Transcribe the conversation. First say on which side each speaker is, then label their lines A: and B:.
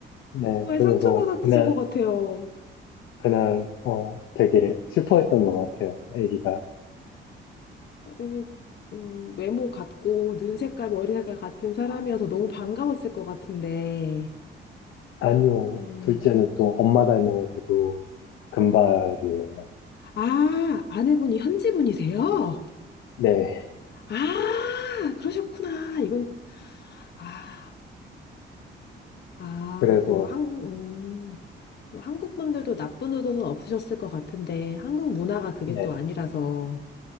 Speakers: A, on the left (about 85°); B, on the left (about 55°).
A: 네,
B: 왜
A: 그래서
B: 상처받았을
A: 그날
B: 것 같아요.
A: 그날 어 되게 슬퍼했던 것 같아요. 아기가.
B: 이, 음, 외모 같고, 눈 색깔, 머리 색깔 같은 사람이어서 너무 반가웠을 것 같은데.
A: 아니요.
B: 음.
A: 둘째는 또 엄마 닮아가지고 금발이에요.
B: 아, 아내분이 현지분이세요?
A: 네.
B: 아, 그러셨구나. 이건, 아, 아,
A: 그래서
B: 그 한, 음, 한국 분들도 나쁜 의도는 없으셨을 것 같은데, 한국 문화가 그게
A: 네.
B: 또 아니라서,